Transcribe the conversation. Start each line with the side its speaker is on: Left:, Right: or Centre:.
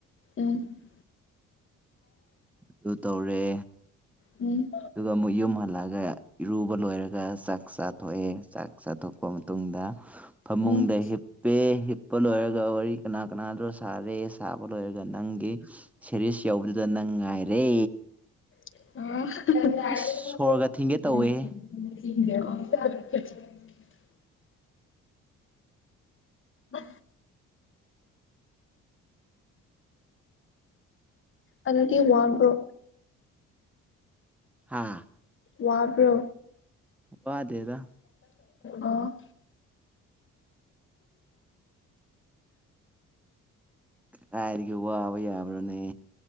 Left: ꯎꯝ
Centre: ꯑꯗꯨ ꯇꯧꯔꯦ
Left: ꯎꯝ
Centre: ꯑꯗꯨꯒ ꯑꯃꯨꯛ ꯌꯨꯝ ꯍꯜꯂꯛꯑꯒ ꯏꯔꯨꯕ ꯂꯣꯏꯔꯒ ꯆꯥꯛ ꯆꯥꯊꯣꯛꯑꯦ ꯆꯥꯛ ꯆꯥꯊꯣꯛꯄ ꯃꯇꯨꯡꯗ ꯐꯃꯨꯡꯗ
Left: ꯎꯝ
Centre: ꯍꯤꯞꯄꯦ ꯍꯤꯞꯄ ꯂꯣꯏꯔꯒ ꯋꯥꯔꯤ ꯀꯅꯥ ꯀꯅꯥ ꯗꯣ ꯁꯥꯔꯦ ꯁꯥꯕ ꯂꯣꯏꯔꯒ ꯅꯪꯒꯤ ꯁꯦꯔꯤꯁ ꯌꯧꯕꯗꯨꯗ ꯅꯪ ꯉꯥꯏꯔꯦ
Left: <inaudible>
Centre: ꯑꯁ ꯁꯣꯔꯒ ꯊꯤꯡꯒꯦ ꯇꯧꯋꯦꯍꯦ
Left: <unintelligible> ꯑ ꯑꯗꯨꯗꯤ ꯋꯥꯟ꯭ꯔꯣ
Centre: ꯑꯥ
Left: ꯋꯥꯕ꯭ꯔꯣ
Centre: ꯋꯥꯗꯦꯗ
Left: ꯑꯣ
Centre: ꯀꯥꯏꯔꯤꯒꯦ ꯋꯥꯕ ꯌꯥꯕ꯭ꯔꯣꯅꯦ